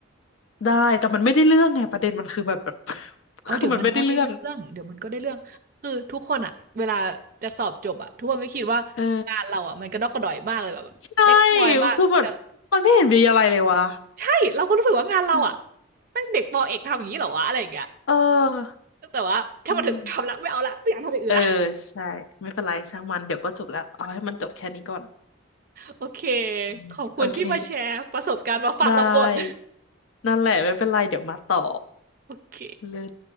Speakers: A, on the left; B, on the right.
A: ได้แต่มันไม่ได้เรื่องไงประเด็นมันคือแบบ <laughs> แบบ <laughs>
B: เอาเดี๋ยวมันก็ได้เรื่องเดี๋ยวมันก็ได้เรื่องคือทุกคนอะเวลาจะสอบจบอะทุกคนก็คิดว่างานเราอะมันกระดอกกระดอยมากเลยแบบเล็กน้อยมากแต่
A: คือมันไม่ได้เรื่องเออใช่คือมันมันไม่เห็นมีอะไรเลยวะ
B: ใช่เราก็รู้สึกว่างานเราอ่ะ
A: อืม
B: แม่งเด็กปอเอกทำอย่างนี้เหรอวะอะไรอย่างเงี้ย
A: เออ
B: แต่ว่าถ้ามันถึงทำละไม่เอาละไม่อยากทำอย่างอื่นละ
A: อืมเออใช่ไม่เป็นไรช่างมันเดี๋ยวก็จบแล้วเอาให้มันจบแค่นี้ก่อน
B: โอเค
A: อืมโอเค
B: ขอบคุณที่มาแชร์ประสบการณ์มาฟังเราบ่น
A: ได้นั่นแหละไม่เป็นไรเดี๋ยวมาต่อ
B: โอเค
A: เลิศ